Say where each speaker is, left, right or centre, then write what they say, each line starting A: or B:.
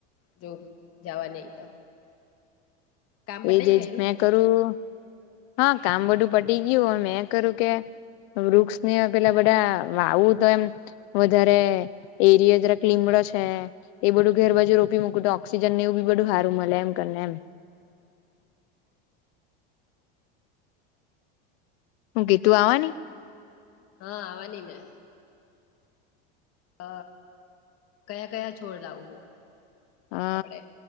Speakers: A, on the left; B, on the left.
A: જો જવા ન તો. કામ પતાઈ
B: એજજ
A: ગયું
B: મેં કરું. હા કામ બધું પટી ગયું મે કર્યું કે. વૃક્ષને પેલા બધા વાવું તો એમ વધારે એરય તક લીમ. એ બધું ઘેર બાજુ રોપી મૂકું તો ઓક્સિજન નેવું. બધું સારું મળે એમ કરીને એમ. હું ગીતુ આવાની.
A: હા આવવાની ને. હ કયા કયા છોડ લઉં હું.
B: અ
A: આપડે